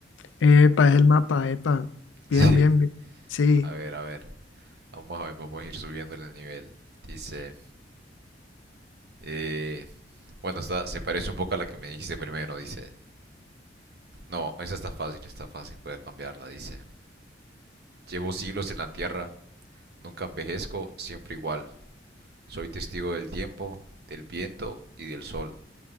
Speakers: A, on the left; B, on the right.
A: Epa, es el mapa, epa.
B: Sí.
A: Bien, bien, bien. Sí,
B: A ver, a ver. Vamos a ver, vamos a ir subiéndole el nivel. Dice. eh, bueno, esta se parece un poco a la que me dijiste primero. Dice. No, esa está fácil, está fácil. Voy a cambiarla. Dice. Llevo siglos en la tierra. Nunca envejezco, siempre igual. Soy testigo del tiempo, del viento y del sol.